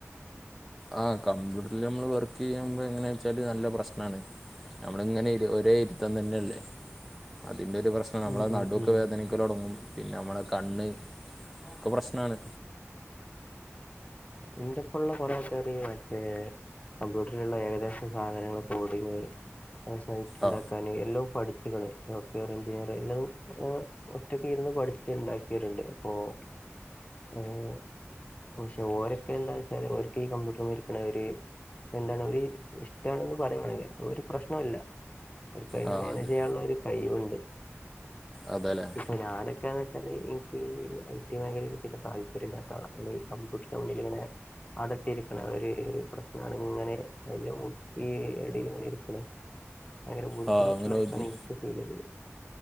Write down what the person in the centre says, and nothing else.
ആഹ് കമ്പ്യൂട്ടറ്ല് നമ്മള് വർക്കെയ്യുമ്പോ എങ്ങനെച്ചാല് നല്ല പ്രശ്നാണ്. നമ്മളിങ്ങനെ ഇര് ഒരേ ഇരുത്ത തന്നെല്ലേ അതിൻ്റൊരു പ്രശ്നം ആഹ് നമ്മളെ
നടുവൊക്കെ
വേദനിക്കലൊട്ങ്ങും പിന്നെ നമ്മളെ കണ്ണ് ഒക്കെ പ്രശ്നാണ്.
ആ
ആ അതെ
അതെല്ലേ?
ആ അങ്ങനെ ഊതി